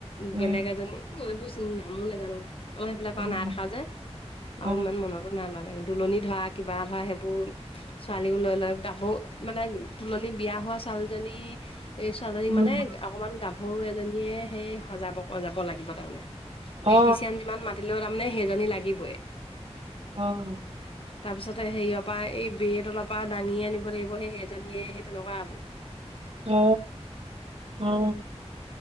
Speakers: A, on the right; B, on the left.
A: উম
B: বেলেগ এজনী মই এইবোৰ চিনি নামো নাজানো। মই বিলাক
A: উম
B: আৰু নাই দেখা যে আৰু
A: উম
B: ইমান মনত। নালাগে দুলনি ধৰা কিবা ধৰা সেইবোৰ ছোৱালীও লৈ লৈ গাবোও মানে। তুলনি বিয়া হোৱা ছোৱালীজনী এই ছোৱালীজনীক মানে।
A: উম,
B: অকমান গাভৰু এজনীয়ে সেই সজাব-কজাব লাগিব তাৰমানে
A: অ
B: বিউটিচিয়ান যিমান মাত। তাৰমানে সেইজনী লাগিবই।
A: অ।
B: তাৰপিছতে হেৰিয়ৰ পৰা এই বেই তলৰ পৰা দাঙি আনিব লাগিব সেই সেইজনীয়ে সেই তেনেকুৱা হেবো।
A: অ, অ।